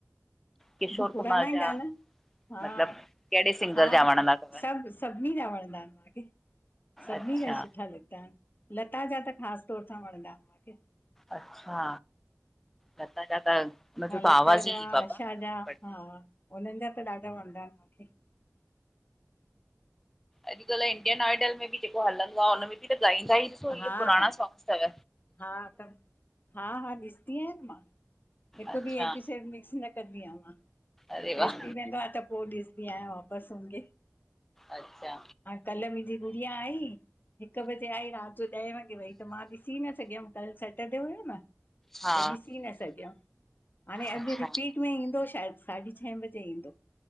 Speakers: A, in the centre; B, on the left.
A: किशोर
B: हा पुराणा
A: कुमार जा
B: ई गाना। हा
A: मतिलबु कहिड़े सिंगर
B: हा-हा
A: जा वणंदा अथव
B: सभु सभिनी जा वणंदा आहिनि मांखे। सभिनी
A: अच्छा
B: जा सुठा लॻंदा आहिनि, लता जा त ख़ासि तौर सां वणंदा आहिनि मांखे।
A: अच्छा लता जा त
B: हा
A: त
B: लता
A: आवाज़ ई
B: जा,
A: बाबा
B: आशा जा
A: बट
B: हा, हुननि जा त ॾाढा वणंदा आहिनि। मूंखे।
A: अॼुकल्ह इंडियन आइडल में बि जेको हलंदो आ उ हुन में बि त गाईंदा ई ॾिसो इहे
B: हा,
A: पुराणा
B: हा,
A: सॉंग्स तव।
B: हा त हा-हा ॾिसदी आहियां मां। हिकु
A: अच्छा
B: बि एपिसोड मिक्स न कंदी आ मां।
A: अरे
B: मिस
A: वाह
B: थी वेंदो आ त पोइ ॾिसदी आया वापसि हुनखे।
A: अच्छा
B: कल्ह मुंहिंजी गुड़िया आई, हिकु बजे आई, राति जो ॾहें वॻे वई त मां ॾिसी न सघियमि, कल सेटरडे हुयो न
A: हा
B: त ॾिसी न सघियमि। हाणे अॼु
A: अच्छा
B: रिपीट में ईंदो शायदि, साढी छह बॼे ईंदो,